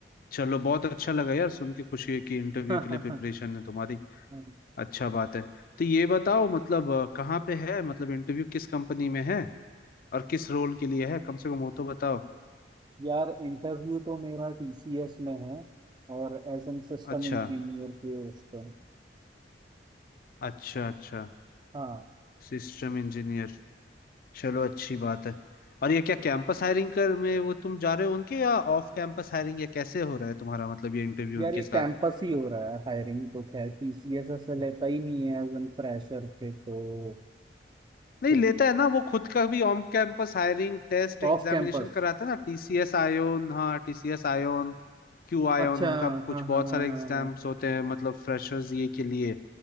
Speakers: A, on the left (about 50°); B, on the right (about 25°).
A: चलो बहुत अच्छा लगा यार सुन के खुशी है कि इंटरव्यू
B: में
A: के लिए प्रिपरेशन है तुम्हारी
B: <laughs>
A: अच्छा बात है तो ये बताओ मतलब अ, कहाँ पे है मतलब इंटरव्यू किस कंपनी में है और किस रोल के लिए है कम से कम वो तो बताओ
B: यार इंटरव्यू तो मेरा टीसीएस में है और एज एन सिस्टम
A: अच्छा
B: इंजीनियर के उस पर
A: अच्छा अच्छा
B: हाँ
A: सिस्टम इंजीनियर चलो अच्छी बात है और ये क्या कैंपस हायरिंग कर में वो तुम जा रहे हो उनके या ऑफ कैंपस हायरिंग या कैसे हो रहा है तुम्हारा मतलब ये इंटरव्यू
B: यार
A: उनके
B: ये
A: साथ
B: कैंपस ही हो रहा है हायरिंग तो खैर टीसीएस ऐसे लेता ही नहीं है एज एन फ्रेशर पे तो
A: नहीं
B: कुछ
A: लेता है ना वो खुद का भी on campus hiring test examination
B: ऑफ कैंपस
A: कराता है ना टीसीएस आयोन हाँ टीसीएस आयोन क्यू आयोन
B: अच्छा
A: उनका कुछ
B: हाँ हाँ
A: बहुत
B: हाँ
A: सारे
B: हाँ
A: एग्जाम्स
B: हाँ
A: होते हैं मतलब फ्रेशर्स ये के लिए